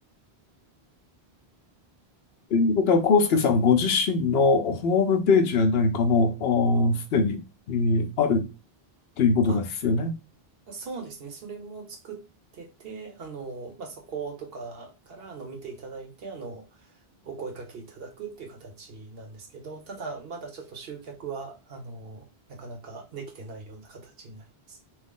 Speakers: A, on the left; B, on the right.
A: ということは、コンスケさんご自身のホームページや何かも、あすでに、えーあるということですよね。
B: あ、そうですね。それも作ってて、あの、まあ、そことかからあの見ていただいて、あの、お声掛けいただくっていう形なんですけど、ただ、まだちょっと集客は、あの、なかなかできてないような形になります。